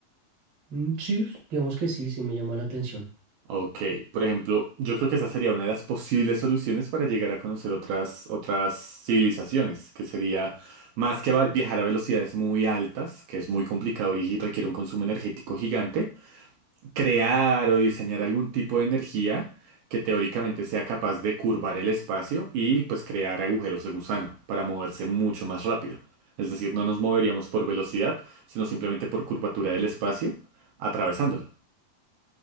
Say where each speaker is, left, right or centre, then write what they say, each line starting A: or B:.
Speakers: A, on the right; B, on the right.
A: Mm, Sí, digamos que sí, sí me llama la atención.
B: Ok, por ejemplo, yo creo que esa sería una de las posibles soluciones para llegar a conocer otras, otras civilizaciones, que sería más que va- viajar a velocidades muy altas, que es muy complicado y requiere un consumo energético gigante, crear o diseñar algún tipo de energía que teóricamente sea capaz de curvar el espacio y pues crear agujeros de gusano para moverse mucho más rápido. Es decir, no nos moveríamos por velocidad, sino simplemente por curvatura del espacio, atravesándolo.